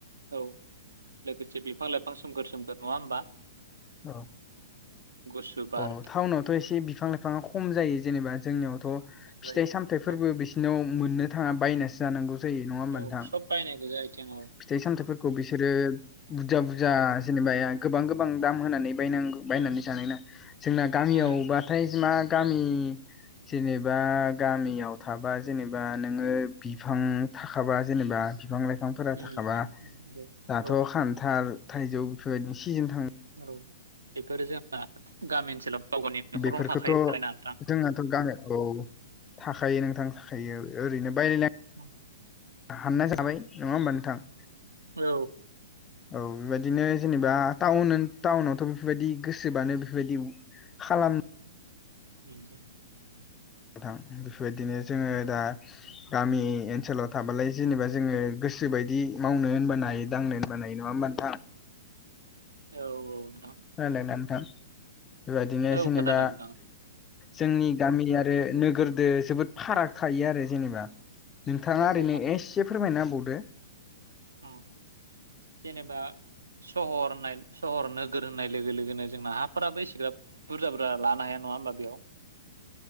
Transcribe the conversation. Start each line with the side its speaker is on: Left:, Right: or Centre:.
Right: औ लोगोसे बिफां लाइफां सोमखोर सोमखोर नङा होमबा।
Left: औ।
Right: गुसु बार
Left: अ टाउनावथ' एसे बिफां लाइफाङा खम जायो जेनेबा जोंनियावथ'
Right: जायो
Left: फिथाइ सामथाय फोरबो
Right: औ
Left: बिसिनाव मोननो थाङा बायनासो जानांगौ जायो नङा होमबा
Right: औ
Left: नोंथां।
Right: सब बायनाय गोजा आथिं औ
Left: फिथाइ सामथाइफोरखौ बिसोरो
Right: उम
Left: बुरजा बुरजा जेनेबा गोबां गोबां दाम होनानै बायनांगौ बायनानै जानाय ना, जोंना गामियाव
Right: उम
Left: बा फ्राय मा गामि जेनेबा गामियाव थाबा जेनेबा नोङो बिफां थाखाबा जेनेबा बिफां लाइफांफोरा
Right: उम
Left: थाखाबा
Right: उम
Left: दाथ'
Right: औ
Left: खान्थाल थाइजौ बेफोरबायदि सिजोन थां
Right: औ बेफोरो जोंना गामि ओनसोलाव गाव गावनि न'खरावनो
Left: बेफोरखौथ'
Right: थाखायो नालाय ना नोंथां
Left: जोंनाथ' गाह औ थाखायो नोंथां थाखायो ओरैनो बायलाय
Right: <unintelligible>
Left: हानना जाबाय नङा होमबा नोंथां?
Right: औ।
Left: औ बेबायदिनो जेनेबा टाउन टाउनावथ' बेफोरबायदि गोसोबानो बेफोरबायदि खालाम
Right: मोनजा
Left: नोंथां बेफोरबायदिनो जोङो दा गामि ओनसोलाव थाबालाय जेनेबा जोङो गोसो बायदि मावनो होनबानो हायो दांनो बानाय नङा होमब्ला नोंथां?
Right: औ औ नोंथां।
Left: <unintelligible> बेबायदिनो
Right: औ
Left: जेनेबा
Right: खोनादों नोंथां
Left: जोंनि गामि आरो नोगोरदो जोबोद फाराग थायो आरो जेनेबा। नोंथाङा
Right: थायो
Left: ओरैनो एसे फोरमायनाबावदो।
Right: औ जेनेबा सहर होननाय सहर नोगोर होननाय लोगो लोगोनो जोंना हाफोराबो एसेग्राब बुरजा बुरजा लानो हाया नङा होमबा बेयाव